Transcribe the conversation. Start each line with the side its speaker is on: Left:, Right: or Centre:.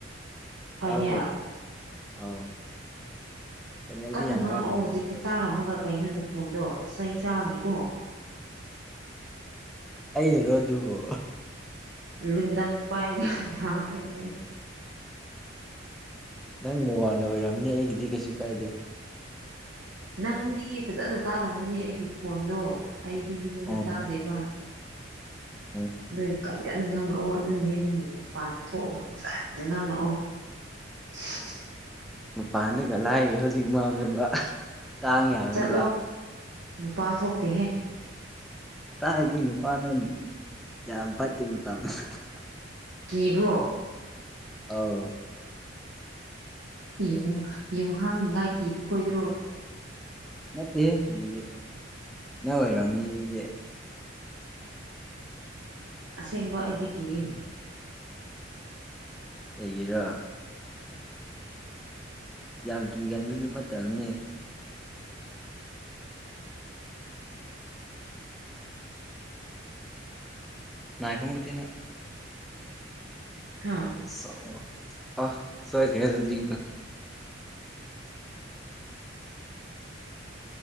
Right: ꯐꯥꯏꯅꯦꯜ
Centre: ꯇꯥꯔꯕꯣ ꯑꯧ ꯐꯥꯏꯅꯦꯜꯗꯤ
Right: ꯀꯟꯅ
Centre: ꯌꯥꯝ
Right: ꯉꯥꯡꯂꯛꯑꯣ
Centre: ꯋꯥꯠꯂꯤꯕ
Right: ꯍꯧꯖꯤꯛꯇꯤ
Centre: ꯑꯗꯨ ꯑꯣꯏꯔꯁꯨ
Right: ꯇꯥꯔꯝꯃꯒ ꯀꯩꯅꯣ ꯅꯨꯈꯣꯟꯗꯣ ꯆꯩ ꯆꯥꯅꯤꯀꯣ
Centre: ꯑꯩꯅꯔꯣ ꯑꯗꯨꯕꯨ
Right: ꯂꯨꯟꯗꯪ ꯄꯥꯏꯔꯒ ꯂꯥꯛꯀꯅꯤ ꯑꯩ
Centre: ꯅꯪ ꯅꯦꯋꯥꯛꯅ ꯑꯣꯏꯔꯝꯅꯤ ꯑꯩꯒꯤꯗꯤ ꯀꯩꯁꯨ ꯀꯥꯏꯗꯦ
Right: ꯅꯪꯗꯤ ꯐꯖꯅ ꯇꯥꯔꯝꯒꯅꯤ ꯑꯩꯒꯤ ꯈꯣꯟꯗꯣ ꯑꯩꯗꯤ ꯅꯪꯉꯣꯟꯗ
Centre: ꯑꯣ
Right: ꯇꯥꯗꯦꯕ
Centre: ꯑꯣ
Right: ꯅꯣꯏ ꯀꯟꯅ ꯀꯟꯅ ꯉꯥꯡꯂꯛꯑꯣ ꯑꯗꯨ ꯑꯣꯏꯗꯤ ꯅꯪ ꯃꯄꯥꯟꯗ ꯊꯣꯛꯑꯒ ꯐꯖꯅ ꯉꯥꯡꯂꯛꯑꯣ <unintelligible>
Centre: ꯃꯄꯥꯟꯗꯒ ꯂꯥꯏꯔꯤ ꯍꯧꯖꯤꯛ ꯃꯝꯃꯦꯕ ꯀꯥꯡ ꯌꯥꯝꯃꯦꯕ
Right: ꯆꯠꯂꯣ ꯅꯨꯄꯥ ꯊꯣꯛꯇꯦꯍꯦ
Centre: ꯇꯥꯏꯗꯒꯤ ꯅꯨꯄꯥꯅꯣ ꯌꯥꯝ ꯐꯠꯇꯦ ꯃꯇꯝ ꯍꯥ ꯍꯥ
Right: ꯀꯤꯕ꯭ꯔꯣ
Centre: ꯑꯧ
Right: ꯌꯨꯡ ꯌꯨꯡꯍꯥꯡꯅꯤꯉꯥꯏ ꯀꯤꯕ ꯈꯣꯏꯗꯨꯔꯣ
Centre: ꯅꯠꯇꯦꯍꯦ ꯑꯗꯨꯗꯤ ꯅꯪ ꯑꯣꯏꯔꯝꯃꯅꯤ ꯑꯗꯨꯗꯤ
Right: ꯑꯁꯦꯡꯕ ꯑꯩꯗꯤ ꯀꯤꯌꯦ
Centre: ꯀꯩꯒꯤꯔ ꯌꯥꯝ ꯀꯤꯒꯟꯕꯁꯨ ꯐꯠꯇꯕꯅꯦ ꯉꯥꯏꯈꯣꯡꯒꯇꯤꯅ
Right: ꯍꯥ
Centre: ꯁꯥꯎꯕ ꯑꯥ ꯁꯣꯏꯒ꯭ꯔꯦ ꯑꯗꯨꯗꯤ ꯑꯥ